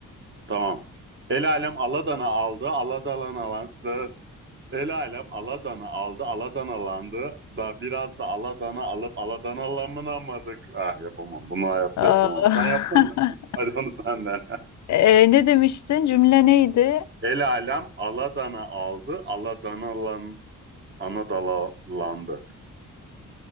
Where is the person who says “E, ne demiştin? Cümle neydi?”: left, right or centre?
Left